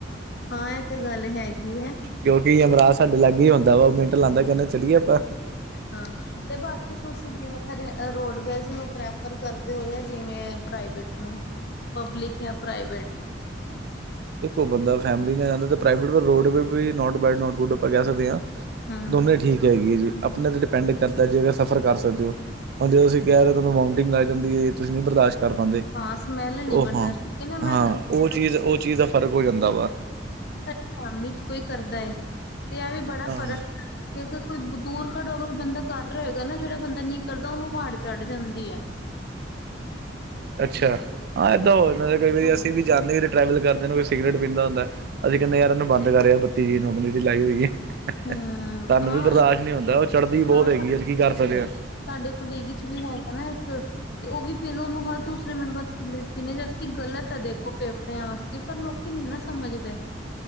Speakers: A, on the left; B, on the right.
A: ਹਾਂ ਇਹ ਤੇ ਗੱਲ ਹੈਗੀ ਐ
B: ਕਿਉਂਕਿ ਯਮਰਾਜ
A: ਤੇ
B: ਸਾਡੇ ਲਾਗੇ ਹੀ ਹੁੰਦਾਵਾ। ਕੈਂਦਾ ਚਲੀਏ ਆਪਾਂ
A: ਹਾਂ ਤੇ ਬਾਕੀ ਤੁਸੀਂ ਜਿਵੇਂ ਰੋਡਵੇਜ਼ ਨੂੰ ਹੀ ਪ੍ਰੈਫਰ ਕਰਦੇ ਹਾਂ ਜਾ ਪ੍ਰਾਈਵੇਟ ਨੂੰ ਪਬਲਿਕ ਜਾਂ ਪ੍ਰਾਈਵੇਟ।
B: ਦੇਖੋ, ਬੰਦਾ ਫੈਮਿਲੀ ਨਾਲ ਜਾਂਦਾ ਹੈ, ਪ੍ਰਾਈਵੇਟ ਹੋਵੇ ਜਾਂ roadways. Not bad not good ਆਪਾ ਕੈ ਸਕਦੇ ਹਾਂ,
A: ਹੂੰ
B: ਦੋਨੇ ਹੀ ਠੀਕ ਹੈਗੀ ਜੀ। ਆਪਣੇ 'ਤੇ ਡਿਪੈਂਡ ਕਰਦਾ ਹੈ। ਜੇ ਤੁਸੀਂ ਸਫ਼ਰ ਕਰ ਸਕਦੇ ਹੋ,। ਹੁਣ ਜਿਵੇਂ ਤੁਸੀਂ ਕੈ ਰਹੇ ਹੋ ਕਿ ਤੁਹਾਨੂ ਘਬਰਾਹਟ ਹੋ ਜਾਂਦੀ ਹੈ, ਤੁਸੀਂ ਨੀ ਬਰਦਾਸ਼ਤ। ਕਰ ਪਾਂਦੇ
A: ਹਾਂ ਸਮੈਲ ਨੀ
B: ਉਹ
A: ਬਰਦਾਸ਼ਤ
B: ਹਾਂ
A: ਕਿਉਂਕਿ ਨਾ ਮੈਂ ਕਦੇ
B: ਉਹ
A: ਐਵੇਂ
B: ਚੀਜ਼ ਉਹ ਚੀਜ਼ ਹਾਂ, ਫ਼ਰਕ ਹੋ ਜਾਂਦਾ ਵਾ।
A: ਕੰਮ ਵਿਚ ਕੋਈ ਕਰਦਾ ਹੈ, ਤੇ ਐ ਵੀ ਬੜਾ
B: ਹਾਂ
A: ਫ਼ਰਕ। ਅਗਰ ਕੋਈ ਦੂਰ ਖੜਾ ਹੋਏਗਾ ਬੰਦਾ ਕਰ ਰੇਆ ਹੋਏਗਾ ਨਾ ਜੇੜਾ ਨੀ ਕਰ ਦਾ ਓਨੂੰ ਵਾੜ ਚੜ ਜਾਂਦੀ ਐ
B: ਅੱਛਾ, ਹਾਂ, ਐਦਾਂ ਹੋ ਜਾਂਦਾ ਹੈ। ਕ ਵਾਰੀ
A: ਹਾਂ,
B: ਜਾਂਦੇ ਜਦੋਂ ਟਰੈਵਲ ਕਰਦੇ ਹੋ, ਕਈ ਸਿਗਰਟ ਪੀਂਦਾ ਹੁੰਦਾ ਅਸੀ ਕੈਂਦੇ 'ਯਾਰ, ਇਨੂੰ ਬੰਦ ਕਰ। ਸਿਗਰੇਟ ਲਾਈ ਹੋ ਈ ਏਸਾਨੂੰ
A: ਹਾਂ, ਹਾਂ
B: ਵੀ ਬਰਦਾਸ਼ਤ ਨਹੀਂ ਹੁੰਦਾ। ਚੜ੍ਹਦੀ ਬਹੁਤ
A: ਹਾਂ,
B: ਹੈਗੀ
A: ਸਾ-
B: ਆ ਕੀ ਕਰ ਸਕਦੇ ਹਾਂ
A: ਸਾਡੇ ਕਾਲੀਗ ਵਿੱਚ ਵੀ ਹੋਂਦਾ ਨਾ ਇੱਕ ਨਾ ਉਹ ਵੀ ਪੀਂਦਾ ਹੈਓਨੂੰ। ਹਰ ਦੂਸਰੇ ਮਿਨਟਬਾਅਦ ਸਿਗਰਟ ਪੀਂਣਾ, ਜਦਕਿ ਇਹ ਗਲਤ ਹੈ। ਦੇਖੋ, ਫੇਫੜਿਆਂ ਵਾਸਤੇ ਨੁਕਸਾਨਦਾਇਕ ਹੈ। ਪਰ ਲੋਕੀ ਨੀ ਨਾ ਸਮਝਦੇ